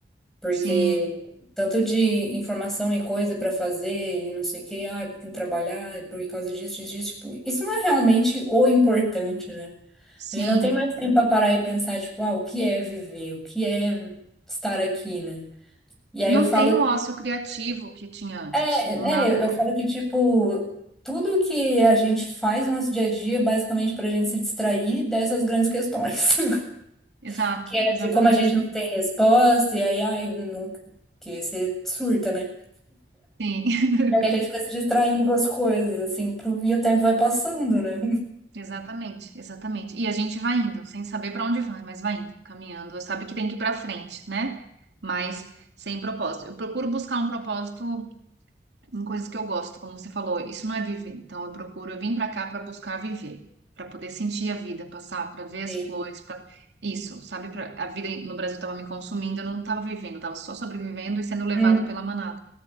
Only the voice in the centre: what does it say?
Porque
tanto de informação e coisa para fazer e não sei o que, ah, tem que trabalhar é por causa disso, disso, disso, tipo, isso não é realmente o importante, né?
A gente não tem mais tempo para parar e pensar, tipo, ah, o que é viver? O que é estar aqui, né? E aí
eu falo,
é,
é, eu
falo que, tipo, tudo que a gente faz no nosso dia a dia é basicamente para a gente se distrair dessas grandes questões. <laughs>
Que é
de como a gente não tem resposta, e aí, ai, não, que você surta, né?
A gente fica se distraindo com as coisas, assim, pro e o tempo vai passando, né?
Sim,
Hum.